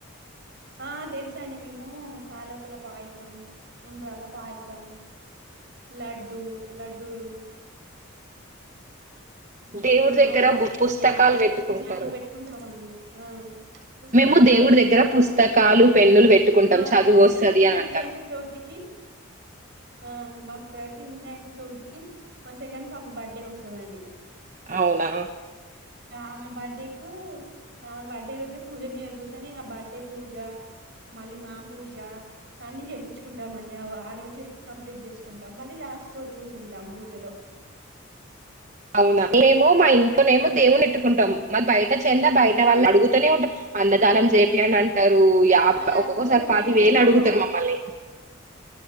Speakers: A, on the right; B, on the right.
A: ఆ తెలుసండి మేము తాలకుల పాయసం ఉండ్రాల్ల పాయసం లడ్డూ లడ్డూలు మ్
B: దేవుడి
A: పులిహోర
B: దగ్గర బు
A: సేమ్య
B: పుస్తకాలు పెట్టుకుంటారు
A: ఇట్లాంటివి పెట్టుకుంటామండి ఆ పుస్తకాలు
B: మేము దేవుడి
A: పెట్టుకుంట్రు
B: దగ్గర
A: అవును
B: పుస్తకాలు పెన్నులు పెట్టుకుంటాం
A: మాకైతే
B: చదువు వస్తది
A: ప్రతి
B: అని
A: వినాయక
B: అంటారు
A: చవితికి ఆ మాకు ప్రతి వినాయక చవితికి మా సెకండ్ పాప బర్త్డే ఒస్తదండి
B: అవునా
A: ఆమె బర్డే కు ఆమె బర్డే రోజు పూజ మీద కూర్చొని ఆ బర్త్డే పూజ మళ్ళీ మా పూజ అన్నీ చేపించుకుంటామండి ఆ రోజే కంప్లీట్ చేసుకుంటాం మళ్ళీ లాస్ట్ రోజు కూర్చుంటాం పూజలో
B: అవునా మేమో మా ఇంట్లోనేమో దేవునిట్టుకుంటం మరి బయట చెందా బయట వాళ్ళు అడుగుతూనే ఉంటారు అన్నదానం చేపియండి అంట రూ యా
A: వాళ్ళు అడుగుతారు
B: ఒక్కొక్కసారి పది
A: మేమేమో
B: వేలు అడుగుతరు మమ్మల్ని